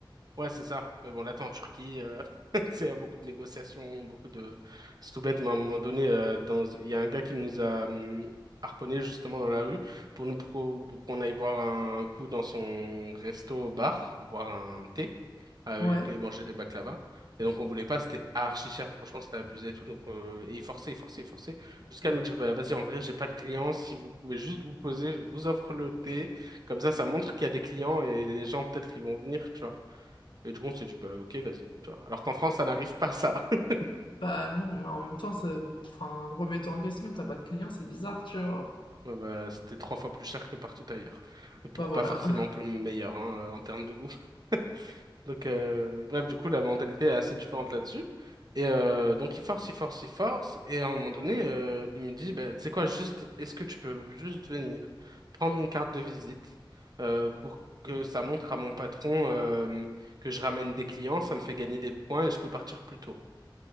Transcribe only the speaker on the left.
Ouais.
Bah non, mais en même temps, ça- enfin, remets-toi en question, t'as pas de clients, c'est bizarre, tu vois.
Bah voilà.